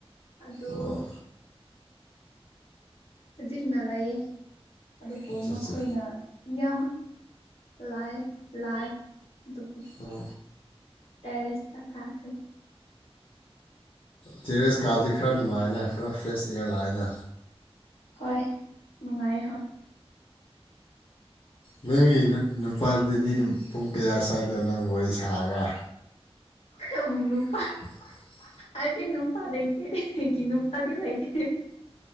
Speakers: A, on the left; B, on the left.
A: ꯑꯗꯣ
B: ꯑꯣ
A: ꯍꯧꯖꯤꯛꯅ ꯂꯩ ꯑꯗꯨꯕꯨ
B: ꯑꯠꯆꯥ
A: ꯃꯈꯣꯏꯅ
B: ꯑꯠꯆꯥ
A: ꯌꯥꯝ ꯂꯥꯏ ꯂꯥꯏ ꯣꯄꯨ
B: ꯑꯣ
A: ꯇꯦꯔꯦꯁꯇ ꯀꯥꯈꯦ
B: ꯇꯦꯔꯦꯁ ꯀꯥꯔꯗꯤ ꯈꯔ ꯅꯨꯡꯉꯥꯏꯅ ꯈꯔ ꯐ꯭ꯔꯦꯁ ꯏꯌꯥꯔ ꯂꯥꯛꯑꯏꯅ
A: ꯍꯣꯏ ꯅꯨꯡꯉꯥꯏꯦ ꯍꯣꯏ
B: ꯅꯪꯒꯤ ꯅꯨꯄꯥꯗꯨꯗꯤ ꯄꯨꯡ ꯀꯌꯥ ꯁ꯭ꯋꯥꯏꯗ ꯅꯪ ꯋꯥꯔꯤ ꯁꯥꯔꯒ
A: ꯑꯅ
B: <unintelligible>
A: ꯑꯩ ꯀ ꯅꯨꯄꯥ ꯂꯩ ꯂꯩꯇꯦꯔꯦ ꯀ ꯅꯨꯄꯥꯗ ꯂꯩꯇꯦ